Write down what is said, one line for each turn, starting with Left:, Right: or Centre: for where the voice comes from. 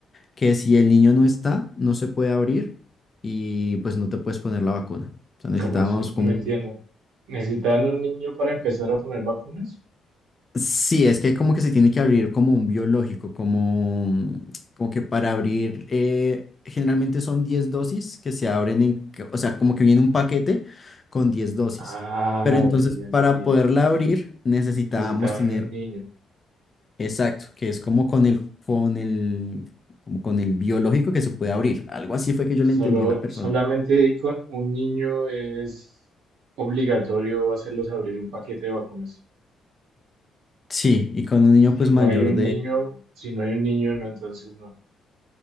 Left: que si el niño no está, no se puede abrir y pues no te puedes poner la vacuna. O sea, necesitábamos
Right: Como así?
Left: como
Right: No entiendo.
Left: un,
Right: ¿Necesitaban un niño para empezar a poner vacunas?
Left: Sí, es que como que se tiene que abrir como un biológico, como, como que para abrir, eh, generalmente son 10 dosis que se abren en, ca- o sea, como que viene un paquete con 10 dosis.
Right: Ah,
Left: Pero entonces
Right: ok, ya entendí.
Left: para poderla abrir necesitábamos
Right: Necesitaban
Left: tener,
Right: un niño.
Left: exacto, que es como con el, con el, como con el biológico que se puede abrir. Algo así fue que yo
Right: Solo,
Left: le entendí a la persona.
Right: solamente con un niño es obligatorio hacerlos abrir un paquete de vacunas.
Left: Sí, y con un niño
Right: Si
Left: pues
Right: no
Left: mayor
Right: hay un niño, si no hay un niño, no, entonces no.